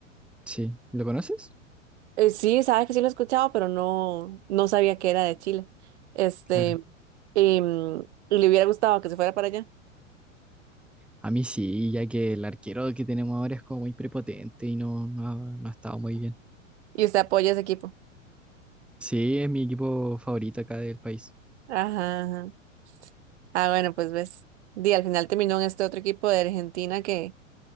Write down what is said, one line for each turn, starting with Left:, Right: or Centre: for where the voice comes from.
Centre: Sí, ¿lo conoces?
Right: Eh, sí, sabe que sí lo he escuchado, pero no, no sabía que era de Chile. Este,
Centre: Claro.
Right: em, le hubiera gustado que se fuera para allá.
Centre: A mí sí, ya que el arquero que tenemos ahora es como muy prepotente y no, no, ha- no ha estado muy bien.
Right: Y usted apoya a ese equipo.
Centre: Sí, es mi equipo favorito acá del país.
Right: Ajá. ajá. Ah, bueno, pues ves. Di, al final terminó en este otro equipo de Argentina que,